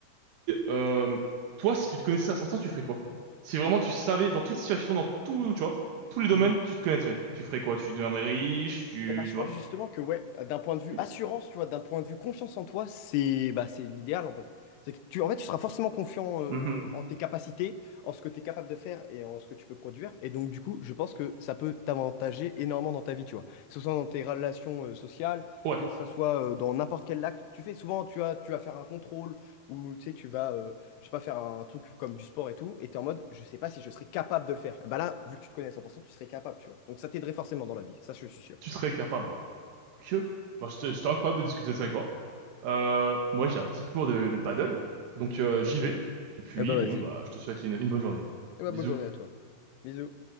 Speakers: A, on the right; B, on the left.
A: euh, toi, si tu te connaissais à 100%, tu ferais quoi? Si vraiment tu savais, dans toute situation, dans tout, tu vois, tous les domaines,
B: Mmh.
A: tu te connaîtrais. Tu ferais quoi? Tu deviendrais riche, tu,
B: Et ben, je
A: tu
B: pense
A: vois?
B: justement que ouais, d'un point de vue
A: Tu-
B: assurance, tu vois, d'un point de vue confiance en toi, c'est bah, c'est l'idéal en fait. C'est que tu, en fait, tu seras forcément confiant euh,
A: Mhm.
B: en tes capacités, en ce que tu es capable de faire et en ce que tu peux produire. Et donc, du coup, je pense que ça peut t'avantager énormément dans ta vie, tu vois. Que ce soit dans tes relations euh, sociales,
A: Ouais,
B: que ce soit euh, dans n'importe quel acte. que Tu fais souvent, tu vas, tu vas faire un contrôle ou tu sais, tu vas, euh, je sais pas, faire un truc comme du sport et tout. Et tu es en mode, je sais pas si je serais capable de le faire. Et bah là, vu que tu te connais à 100%, tu serais capable, tu vois. Donc, ça t'aiderait forcément dans la vie. Ça, je suis sûr.
A: tu serais capable. Ok. Bah, c'était c'était incroyable de discuter de ça avec toi. Euh, moi, j'ai un petit cours de, de paddle, donc euh, j'y
B: Ok.
A: vais.
B: Eh
A: Et puis,
B: ben vas-y.
A: bon, bah, je te souhaite une une bonne journée.
B: Eh ben
A: Bisous.
B: bonne journée à toi. Bisous.